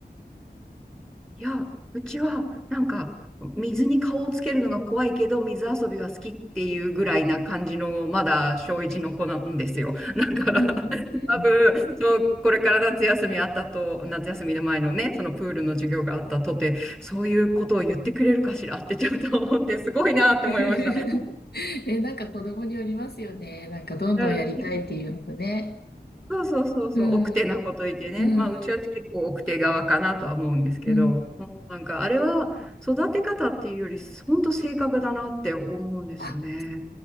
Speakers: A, in the centre; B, on the left (about 65°).
A: いや、うちはなんか水に顔をつけるのが怖いけど、水遊びは好きっていうぐらいな感じの、まだ小一の子なんですよ。<laughs> だから、
B: うん。
A: <laughs> 多分、そう、これから夏休みあったと、夏休みの前のね、そのプールの授業があったとて、そういうことを言ってくれるかしらってちょっと思って、すごいなって思いました。
B: <laughs> え、
A: <laughs>
B: なんか子供によりますよね。なんかどんどんやりたいっていうのとね。
A: うんそうそうそうそう、
B: うん。
A: 奥手なこと言ってね。
B: うん。
A: まあ、うちは結構奥手側かなとは思うんですけど、
B: うん。
A: もうなんかあれは育て方っていうより、本当性格だなって思うんですよね。
B: あ、